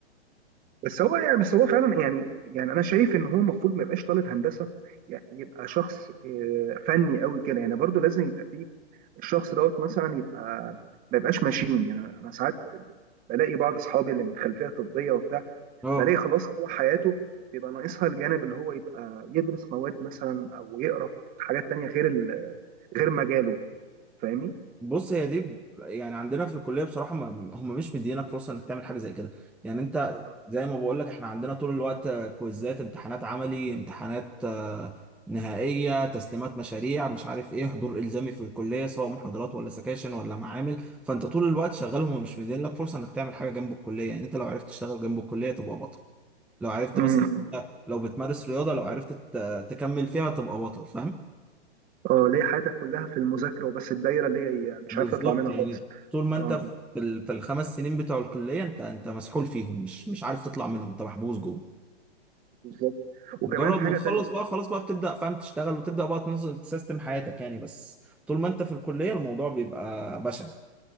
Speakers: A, on the right; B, in the centre.
A: بس هو يعني بس هو فعلا يعني يعني انا شايف ان هو المفروض ما يبقاش طالب هندسه يعني يبقى شخص آه، فني قوي كده يعني برضو لازم يبقى فيه الشخص دوت مثلا يبقى ما يبقاش ماشين يعني انا ساعات بلاقي بعض اصحابي اللي من خلفيه طبيه وبتاع
B: اه
A: بلاقي خلاص هو حياته بيبقى ناقصها الجانب اللي هو يبقى يدرس مواد مثلا او يقرا في حاجات تانية غير ال- غير مجاله فاهمني؟
B: بص هي دي ب- يعني عندنا في الكليه بصراحه ما هم مش مدينك فرصه انك تعمل حاجه زي كده يعني انت
A: اه
B: زي ما بقول لك احنا عندنا طول الوقت آه، كويزات امتحانات عملي امتحانات آه، نهائيه تسليمات مشاريع مش عارف ايه حضور الزامي في الكليه سواء محاضرات ولا سكاشن ولا معامل فانت طول الوقت شغال هم مش مدين لك فرصه انك تعمل حاجه جنب الكليه يعني انت لو عرفت تشتغل جنب الكليه تبقى بطل لو عرفت
A: أمم.
B: مثلا لو بتمارس رياضه لو عرفت ت- تكمل فيها تبقى بطل فاهم
A: آه، ليه حياتك كلها في المذاكره وبس الدايره اللي هي مش
B: بالظبط
A: عارف تطلع منها
B: يعني
A: خالص
B: طول ما انت
A: اه
B: في ال- في الخمس سنين بتوع الكليه انت انت مسحول فيهم مش مش عارف تطلع منهم انت محبوس جوه
A: بالظبط وكمان
B: مجرد
A: حاجه
B: ما تخلص
A: تانية
B: بقى خلاص بقى بتبدا فاهم تشتغل وتبدا بقى تنظم تسيستم حياتك يعني بس طول ما انت في الكليه الموضوع بيبقى بشع